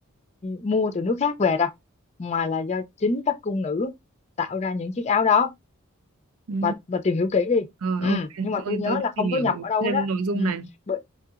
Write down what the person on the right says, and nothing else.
Ừ.
rồi
ok
tôi
tôi
sẽ
tìm hiểu
thêm
nội dung
này